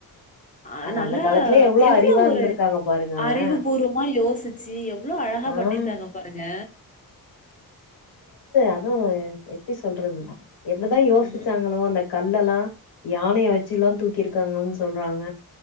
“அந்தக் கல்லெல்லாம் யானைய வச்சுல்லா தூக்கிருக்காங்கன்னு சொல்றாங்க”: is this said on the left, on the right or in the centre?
Left